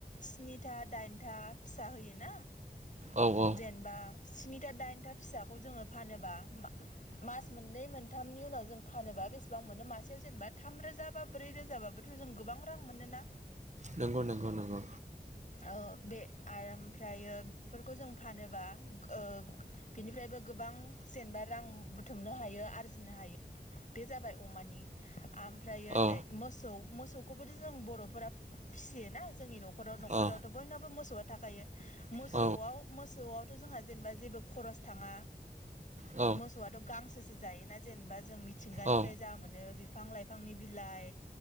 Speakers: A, on the left (about 50°); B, on the right (about 45°).
A: स्निथा दाइनथा। स्निथा दाइनथा फिसा होयोना
B: औ औ
A: जेनबा स्निथा दाइनथा फिसाखौ जोंङो फानोबा मास मोननै मोनथामनि उनाव जों फानोबा बेसेबां मोनो मासेयाव जेनेबा थाम रोजा रोजा बा ब्रै रोजाबोथ' जों गोबां रां मोनो ना।
B: नंगौ नंगौ नंगौ
A: ओ बे आराम ओमफ्रायो बेफोरखौ जों फानोबा ओ बिनिफ्रायबो गोबां जेनबा रां बुथुमनो हायो आरजिनो हायो बे जाबाय अमानि ओमफ्रायो
B: औ
A: नै मोसौ मोसौखौबोथ'जों बर'फोरा फिसियोना जोंनि नखराव। नख'राव नखरावथ'
B: औ
A: बयनावबो मोसौआ थाखायो मोसौआव
B: औ
A: मोसौआवथ' जोंहा जेनेबा जेबो खरस थांङा
B: औ
A: मोसौआथ' गांसोसो जायोना जेनेबा जों मिथिंगानिफ्राय
B: औ
A: जा मोनो बिफां-लाइफांनि बिलाइ।